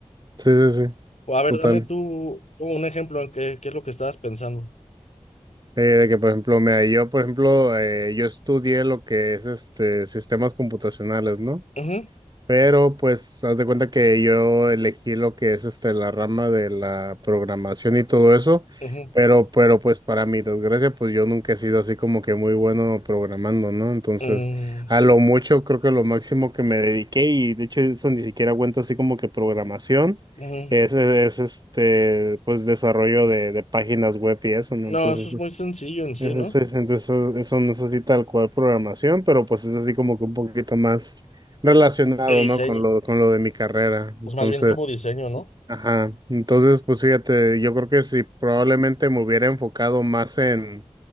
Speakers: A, on the right; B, on the left.
A: Sí, sí, sí.
B: O a
A: Total.
B: ver, dame tú un ejemplo en qué, qué es lo que estabas pensando.
A: Eh, de que, por ejemplo, mira, yo, por ejemplo, eh, yo estudié lo que es este sistemas computacionales, ¿no?
B: Ujú,
A: Pero pues haz de cuenta que yo elegí lo que es este la rama de la programación y todo eso,
B: ujú,
A: pero pero pues para mi desgracia pues yo nunca he sido así como que muy bueno programando, ¿no? Entonces,
B: mm,
A: a lo mucho creo que lo máximo que me dediqué y de hecho eso ni siquiera cuenta así como que programación
B: ujú.
A: es, es este pues desarrollo de, de páginas web y eso, ¿no?
B: No,
A: Entonces,
B: eso es muy sencillo en sí,
A: eso
B: ¿no?
A: es- entonces eso, eso no es así tal cual programación, pero pues es así como que un poquito más relacionado,
B: De diseño,
A: ¿no? Con lo, con lo de mi carrera. Entonces,
B: pues más bien como diseño, ¿no?
A: ajá. Entonces, pues fíjate, yo creo que si probablemente me hubiera enfocado más en,